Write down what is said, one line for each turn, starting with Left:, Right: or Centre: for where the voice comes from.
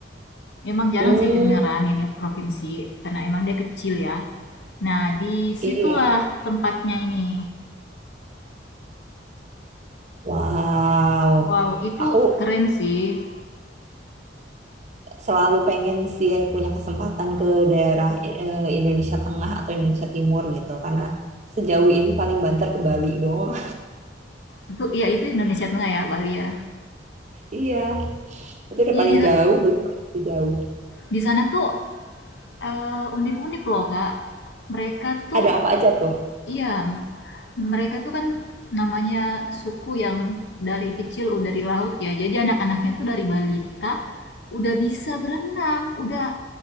Left: Memang jarang
Right: Hmm,
Left: sih kedengeran ini provinsi, karena emang dia kecil ya. Nah, disitulah
Right: iya.
Left: tempatnya ini.
Right: Wow.
Left: Wow, itu
Right: Aku
Left: keren sih.
Right: selalu pengen sih ya punya kesempatan ke daerah eh, Indonesia Tengah atau Indonesia Timur gitu karena sejauh ini paling banter ke Bali doang
Left: Itu ya itu Indonesia Tengah ya, Bali ya.
Right: <laughs> iya itu udah
Left: Iya
Right: paling
Left: di
Right: jauh belum pernah lebih jauh
Left: di sana tuh eh, unik-unik loh, Kak. Mereka tuh
Right: ada apa aja tuh
Left: iya, mereka tuh kan namanya suku yang dari kecil udah di laut ya. Jadi anak-anaknya tuh dari balita udah bisa berenang, udah